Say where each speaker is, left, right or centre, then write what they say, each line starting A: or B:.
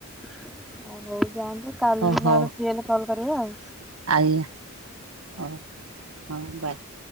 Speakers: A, in the centre; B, on the right.
A: ଅ ହଉ ଯାଆନ୍ତୁ କାଲି
B: ହ
A: ନହେଲେ
B: ହଉ
A: ଫ୍ରୀ ହେଲେ କଲ୍ କରିବେ ଆଉ।
B: ଆଜ୍ଞା ହଉ ହଁ ବାୟେ।